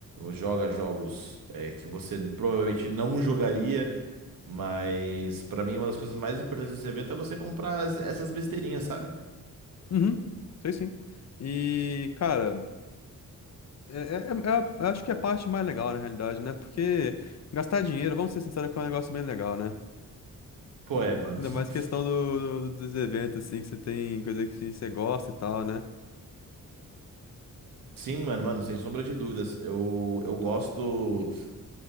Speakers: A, on the right; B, on the left.
A: joga jogos é, que você provavelmente não jogaria, mas pra mim uma das coisas mais importantes desse evento é você comprar as- essas besteirinhas, sabe?
B: Uhum, sei sim. E, cara, é, é- é é a- eu acho que é a parte mais legal, na realidade, né? Porque gastar dinheiro, vamos ser sinceros, que é um negócio bem legal, né?
A: Pô, é, mano.
B: Ainda
A: <laughs>
B: mais questão do, do- dos eventos, assim, que você tem coisa que você gosta e tal, né?
A: Sim, mano, mano, sem sombra de dúvidas. Eu, eu gosto.